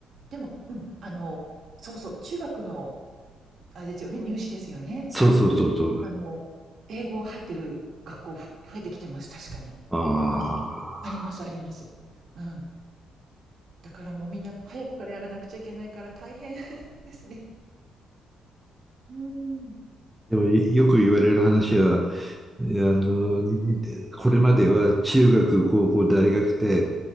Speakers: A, on the right; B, in the centre.
A: でも、うん、あの、そうそう、中学の、あれですよね、入試ですよね。
B: そうそうそうそう。
A: うん。あの、英語入ってる学校ふ増えてきてます、確かに。
B: ああ。
A: うん。あります、あります。うん。だからもうみんな早くからやらなくちゃいけないから大変 <laughs> ですね。うーん、
B: でもよく言われる話は、あの、これまでは中学、高校、大学で、